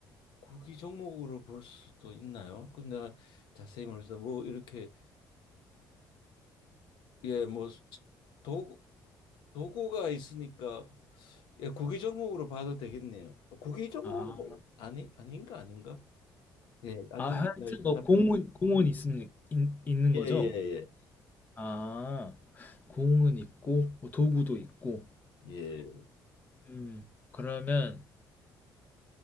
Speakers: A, on the left; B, on the left.
A: 국이 종목으로 볼 수도 있나요? 근데 자세히 모르겠어요. 뭐 이렇게 예, 뭐 도구 도구가 있으니까 예, 국이 종목으로 봐도 되겠네요. 국이 종목은
B: 아,
A: 아니 아닌가 아닌가? 예, 하여튼
B: 아, 하여튼 뭐
A: 같은
B: 공은 공은 있습니 있, 있는
A: 예예예
B: 거죠?
A: 예.
B: 아, 공은 있고 뭐 도구도 있고.
A: 예, 예. 예.
B: 음, 그러면